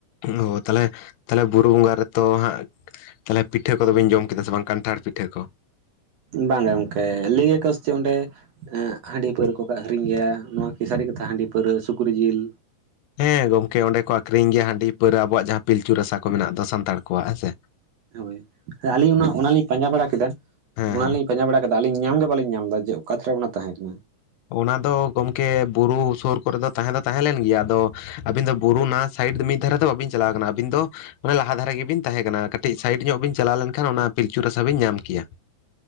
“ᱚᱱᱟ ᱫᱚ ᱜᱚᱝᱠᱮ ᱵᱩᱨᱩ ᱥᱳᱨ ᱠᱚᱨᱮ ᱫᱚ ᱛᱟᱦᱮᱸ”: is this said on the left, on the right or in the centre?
Left